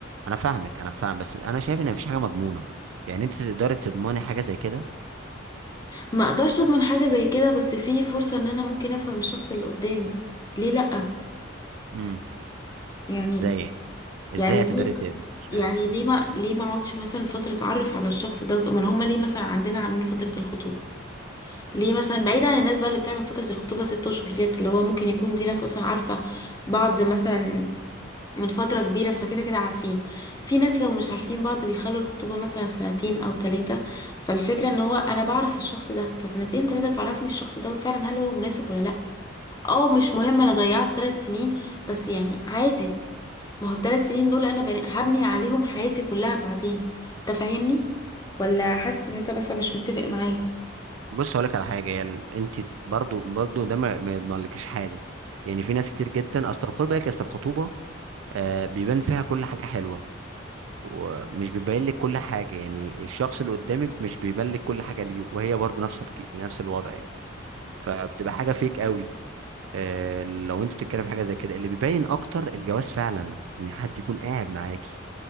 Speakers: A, on the right (about 80°); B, on the left (about 20°).
A: انا فاهمك انا فاهم بس انا شايف ان مفيش حاجة مضمونة يعني انت تقدري تضمني حاجة زي كده
B: ما اقدرش اضمن حاجة زي كده بس في فرصة ان انا ممكن افهم الشخص اللي قدامي ليه لأ
A: امم
B: يعني
A: ازاي يعني؟ ازاي
B: يعني ليه
A: هتقدري ت- مش فاهم
B: يعني ليه ما ليه ما اقعدش مثلا فتره اتعرف على الشخص ده امال هم ليه مثلا عندنا عاملين فتره الخطوبه ليه مثلا بعيد عن الناس بقى اللي بتعمل فتره الخطوبه ست اشهر ديت اللي هو ممكن يكون دي ناس اصلا عارفه بعض مثلا من فتره كبيره فكده كده عارفين في ناس لو مش عارفين بعض بيخلوا الخطوبه مثلا سنتين او ثلاثه فالفكره ان هو انا بعرف الشخص ده فسنتين ثلاثه تعرفني الشخص دوت فعلا هل هو مناسب ولا لا اه مش مهم انا ضيعت ثلاث سنين بس يعني عادي ما هو الثلاث سنين دول انا بني... هبني عليهم حياتي كلها بعدين انت فاهمني ولا حاسس ان انت مثلا مش متفق معايا
A: بص هقول لك على حاجه هي ال- انت برضو برضو ده ما ما يضمنلكيش حاجه يعني في ناس كتير جدا اصل خد بالك اصل الخطوبه آه بيبان فيها كل حاجه حلوه ومش بيبين لك كل حاجه يعني الشخص اللي قدامك مش بيبين لك كل حاجه ليه وهي برضو نفس الك- نفس الوضع يعني فبتبقى حاجه فيك قوي آه لو انت بتتكلم في حاجه زي كده اللي بيبين اكتر الجواز فعلا ان حد يكون قاعد معاكي